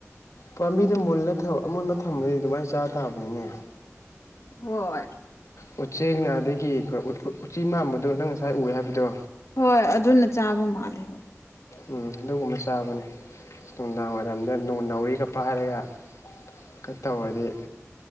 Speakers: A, on the left; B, on the left.
A: ꯄꯥꯝꯕꯤꯗ ꯃꯨꯜꯂ ꯊꯕ ꯑꯃꯨꯟꯕ ꯊꯝꯃꯗꯤ ꯑꯗꯨꯃꯥꯏꯅ ꯆꯥ ꯇꯥꯕꯅꯤꯅꯦ
B: ꯍꯣꯏ
A: ꯎꯆꯦꯛꯅ ꯑꯗꯒꯤ ꯎꯆꯤ ꯃꯥꯟꯕꯗꯣ ꯅꯪ ꯉꯁꯥꯏ ꯎ ꯍꯥꯏꯕꯗꯣ
B: ꯍꯣꯏ ꯑꯗꯨꯅ ꯆꯥꯕ ꯃꯥꯜꯂꯦ ꯍꯣꯏ
A: ꯎꯝ ꯑꯗꯨꯒꯨꯝꯕ ꯆꯥꯕꯅꯦ ꯑꯁ ꯅꯨꯡꯗꯥꯡ ꯋꯥꯏꯔꯝꯗ ꯅꯣꯡ ꯅꯧꯔꯤꯒꯄꯥꯏ ꯍꯥꯏꯔꯒ ꯀ ꯇꯧꯔꯗꯤ